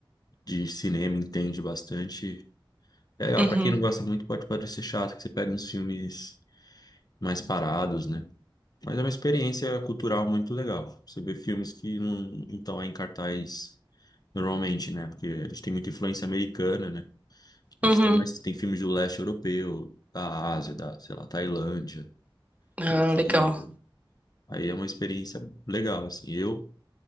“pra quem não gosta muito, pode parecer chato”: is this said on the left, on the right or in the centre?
Left